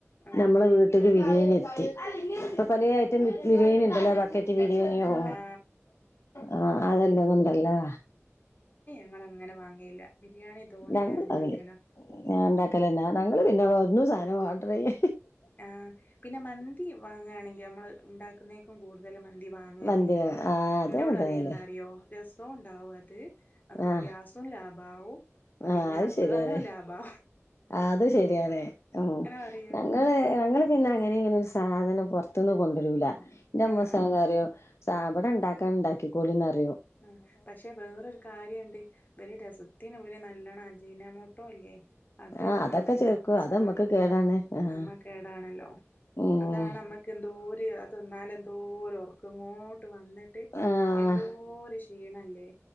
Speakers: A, on the left; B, on the left.
A: ആ
B: നമ്മളെ വീട്ടില് ബിര്യേണി എത്തി.
A: എത്തി
B: ഇപ്പൊ പലേ ഐറ്റം ബിരിയാണി
A: ഉം
B: ഇണ്ടല്ലോ
A: ഉം
B: ബക്ക റ്റ് ബിരിയാണ്യും
A: ആ
B: ആ അതെല്ലതുംണ്ടല്ലോ.
A: ഞാനങ്ങനെ വാങ്ങേല്ല. ബിരിയാണി തോനിം
B: ഞങ്ങൾ
A: ഞാൻ ഇണ്ടാക്കലാ.
B: അങ്ങനെ ഞാൻ ഉണ്ടാക്കലന്നാ ഞങ്ങള് പിന്നെ ഒന്നും സാനം ഓർഡർ യ്യ്
A: ആ പിന്നെ മന്തി വാങ്ങാണെങ്കി നമ്മള് ഉണ്ടാക്കുന്നേക്കും കൂടുതല് മന്തി വാങ്ങ
B: മന്തി
A: ചെയ്യട്ടോ.
B: ആഹ് അത്
A: ഇന്നോട
B: അതല്ലേ
A: റിം എന്താ അറിയോ രസവും ഉണ്ടാവും അത്
B: ആഹ്
A: ഗ്യാസും ലാഭാവും.
B: ആഹ്
A: പിന്നെ
B: അത്
A: അധ്വാനോ
B: ശരിയാണ്
A: ലാഭാ.
B: അത് ശരിയാണ്. ഉം
A: പറയാ
B: ഞങ്ങള് ഞങ്ങൾ പിന്നെ അങ്ങനിം ഇങ്ങനിം ഒരു സാധനം പൊറത്ത്ന്ന് കൊണ്ടരൂല. ഇന്റെ അമ്മോശൻകാക്ക
A: ആഹ് ആഹ്
B: റിയും സാ ബട ഇണ്ടാക്കാണെണ്ടാക്കിക്കോളി ന്നറിം.
A: ആ പക്ഷെ വേറൊരു കാര്യണ്ട് വല്യ രസത്തിന് ഇവര് ന ല്ലണം അജീനമോട്ടോ ഇല്ലേ. അത്
B: ആഹ്
A: ഇടുന്നുണ്ടല്ലോ
B: അതൊക്കെ ചേർക്കും
A: ആ സാനോം
B: അത് നമ്മക്ക് കേടാണ് ആഹ്
A: അ മ്മ കേടാണല്ലോ.
B: ഉം
A: അതാണ് നമ്മക്ക് എന്തോ ര് അ തിന്നാല് എന്തോരറക്കങ്ങോട്ട് വന്നിട്ട്
B: ആഹ്
A: എന്തോ ക്ഷീണല്ലേ.